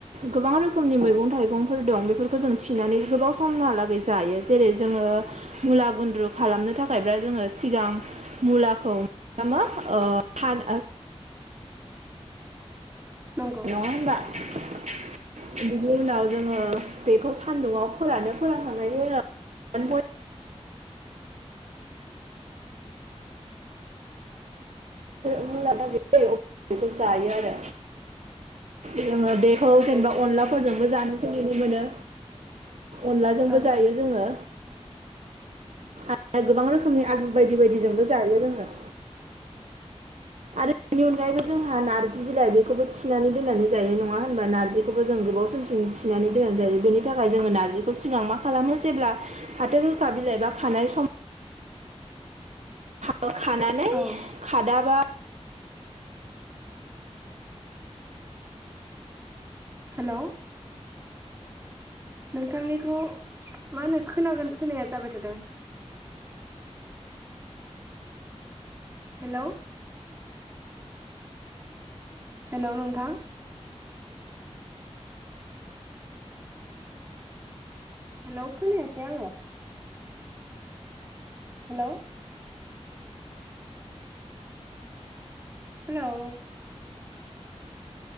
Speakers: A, on the right (about 90°); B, on the right (about 25°).
A: गोबां रोखोमनि मैगं थाइगंफोर दं बेफोरखौ जों थिनानै गोबाव समहालागै जायो जेरै जोङो गुला गुन्द्रु खालामनो थाखायब्ला जोङो सिगां मुलाखौ <unintelligible>
B: नंगौ
A: <unintelligible> बिनि उनाव जोङो बेखौ सान्दुङाव फोरानो फोरानखांनायनि उनाव <unintelligible> बेखौ जायो आरो। जोङो बेखौ
B: नंगौ
A: जेनेबा
B: औ
A: अनलाफोरजोंबो जानो फैनो मोनो। अनलाजोंबो
B: ओं
A: जायो
B: ओं
A: जोङो
B: <inaudible>
A: आरो गोबां रोखोमनि आगु बायदि बायदिजोंबो जायो रोङो। बेनि अनगायैबो जोंहा नार्जि बिलाइ बेखौबो थिनानै दोननानै जायो नङा होनबा नारजि बे खौबो जों गोबाव समसि थिनानै दोननाय जायो बेनि थाखाय जोङो नारजिखौ सिगां मा खालामो जेब्ला फाथो गोखा बिलाइ बा खानाय सम <unintelligible> खानानै
B: औ
A: खादाबा
B: हेल' नोंथांनिखौ मा होनो खोनागोन खोनाया जाबाय थादों हेल' हेल' नोंथां? हेल' खोनायासै आङो हेल' हेल'